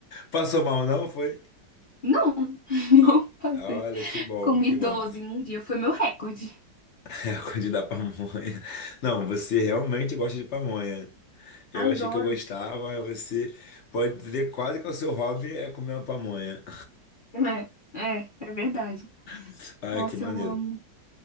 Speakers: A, on the left; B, on the left.
A: passou mal, não? Foi?
B: Não, <laughs> não passei.
A: Olha, que bom,
B: Comi
A: que bom.
B: 12 em um dia, foi meu recorde.
A: <laughs> É a coisa da pamonha. Não, você realmente gosta de pamonha. Eu
B: Adoro.
A: achei que eu gostava, mas você pode dizer quase que é o seu hobby é comer uma pamonha.
B: É, é, é verdade.
A: <laughs> Ai,
B: Nossa,
A: que maneiro.
B: eu amo.